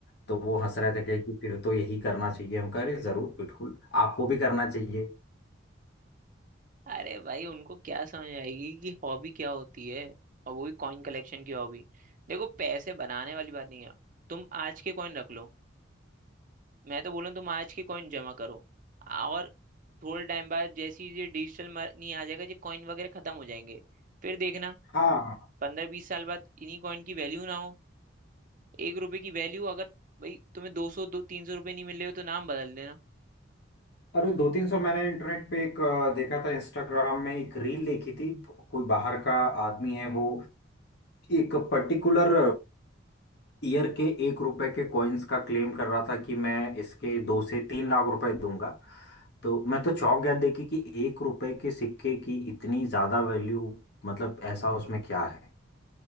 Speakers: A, on the left; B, on the right.
A: तो वो हंस रहे थे कि कि फिर तो यही करना चाहिए हम कह रहे जरूर बिल्कुल आपको भी करना चाहिए
B: अरे भाई उनको क्या समझ आएगी कि हॉबी क्या होती है और वो भी कॉइन कलेक्शन की हॉबी देखो पैसे बनाने वाली बात नहीं है तुम आज के कॉइन रख लो मैं तो बोलूँ तुम आज की कॉइन जमा करो और थोड़े टाइम बाद जैसे ही ये डिजिटल मनी आ जाएगा ये कॉइन वगैरह खत्म हो जाएंगे फिर देखना
A: हाँ
B: पंद्रह बीस साल बाद इन्हीं कॉइन की वैल्यू ना हो एक रुपए की वैल्यू अगर भाई तुम्हें दो सौ दो तीन सौ रुपये नहीं मिल रहे हो तो नाम बदल देना
A: अरे दो तीन सौ मैंने इंटरनेट पे एक अ, देखा था इंस्टाग्राम में एक रील देखी थी कोई बाहर का आदमी है वो एक पर्टिकुलर ईयर के एक रुपए के कॉइन्स का क्लेम कर रहा था कि मैं इसके दो से तीन लाख रुपए दूंगा तो मैं तो चौंक गया देखी कि एक रुपए के सिक्के की इतनी ज्यादा वैल्यू मतलब ऐसा उसमें क्या है